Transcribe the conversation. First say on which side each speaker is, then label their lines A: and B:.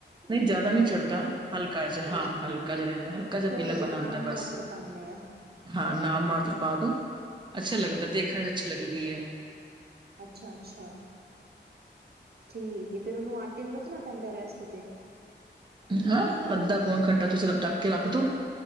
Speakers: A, on the right; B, on the right.
A: ਨਹੀਂ ਜਿਆਦਾ ਨਹੀਂ ਚੜ੍ਹਦਾ ਹਲਕਾ ਜਿਹਾ
B: ਅੱਛਾ
A: ਹਾਂ ਹਲਕਾ ਜਿਹਾ ਰਹਿੰਦਾ ਹਲਕਾ ਜਿਹਾ
B: ਥੋੜਾ
A: ਪੀਲਾਪਣਾ ਆਂਦਾ।
B: ਨਾਮ
A: ਬਸ
B: ਮਾਤਰ ਪਾਨੇ ਆ।
A: ਹਾਂ ਨਾ ਮਾਤਰ ਪਾ ਦੋ, ਅੱਛਾ ਲੱਗਦਾ ਦੇਖਣ 'ਚ ਅੱਛੀ ਲੱਗਦੀ ਏ।
B: ਅੱਛਾ-ਅੱਛਾ, ਠੀਕ ਏ ਫੇਰ ਉਹਨੂੰ ਆਟੇ ਨੂੰ ਰੱਖਣਾ ਪੈਂਦਾ ਰੈਸਟ ਤੇ।
A: ਹਾਂ ਅੱਧਾ ਪੌਨ ਘੰਟਾ ਤੁਸੀਂ ਡੱਕ ਕੇ ਰੱਖਦੋ।